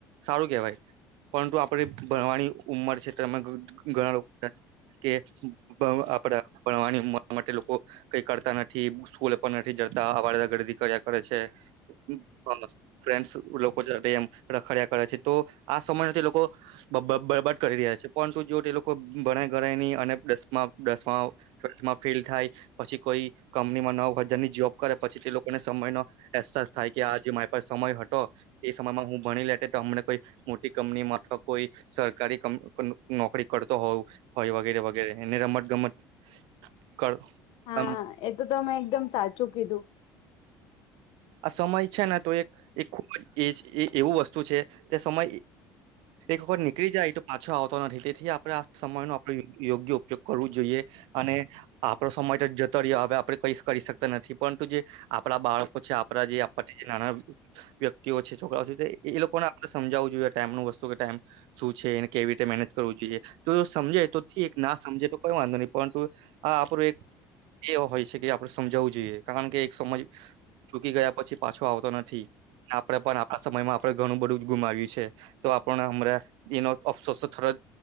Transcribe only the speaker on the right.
સારું કેવાય પરંતુ આપણે ભણવાની ઉંમર છે. તો એમાં ઘઘઘણા લોકો કે બવ આપડા ભણવાની ઉંમર માટે લોકો કંઈ કરતા નથી. સ્કૂલે પણ નથી જડતા આવારાગરદી કર્યા કરે છે. <unintelligible> ફ્રેન્ડ્સ્ લોકો સાથે એમ રખડિયા કરે છે તો આ સમયને તે લોકો બબબરબાદ કરી રહ્યા છે. પરંતુ જો ટે લોકો ભણે ગણે ની ને ડસમાં ડસમાં માં ફેલ થાય પછી કોઈ કંપનીમાં નવ હજારની જોબ કરે પછી તે લોકોને સમયનો અહેસાસ થાય કે આ જે મારી પાસે સમય હટો એ સમયમાં હું ભણી લેટે ટો અમને કોઈ મોટી કંપનીમાં અથવા કોઈ સરકારી કં નોકરી કરતો હોવ હોય વગેરે વગેરે એને રમટ ગમટ કર આમ
આ સમય છે ને તો એક એ એવું વસ્તુ છે કે સમય એક વખત નીકળી જાય તો પાછો આવતો નથી. તેથી આપડે આ સમય નો આપડે યોગ્ય ઉપયોગ કરવો જોઈએ અને આપડો સમય જ જતો રહ્યો હવે આપડે કઈસ કરી શકતા નથી પરંતુ જે બાળકો છે આપ આપડા જે આ <unintelligible> વ્યક્તિઓ છે છોકરાઓ છે ટોએ લોકોને આપડે સમજાવું જોઈએ ટાઈમ ન વસ્તુ કે ટાઈમ શું છે એને કેવી રીતે મેનેજ કરવું જોઈએ તો સમજે તો થીક ના સમજે તો કોઈ વાંધો નહી પરંતુ આ આપડું એક એ હોય છે કે આપડે સમજાવવું જોઈએ કારણ કે એક સમય ચૂકી ગયા પછી પાછો આવતો નથી આપડે પણ આપડા સમયમાં આપડે ઘણું બધું જ ગુમાવ્યું છે. તો આપણે હમરા ઈનો અફસોસ થયો